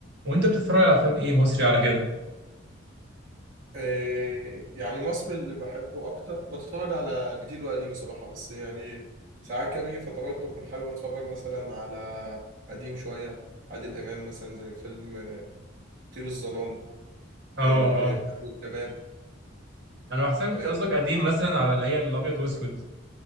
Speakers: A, on the right; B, on the right.
A: وانت بتتفرج على افلام ايه مصري على كده
B: إيه، يعني مصري اللي بحبه اكتر بتفرج على جديد وقديم الصراحه بس يعني ساعات كده بيجي فترات بكون حابب اتفرج مثلا على قديم شويه عادل امام مثلا زي فيلم طير الظلام
A: اه
B: الإرهاب
A: اه
B: والكباب
A: انا بحسبك
B: إيه،
A: قصدك قديم مثلا على اللي هي الابيض واسود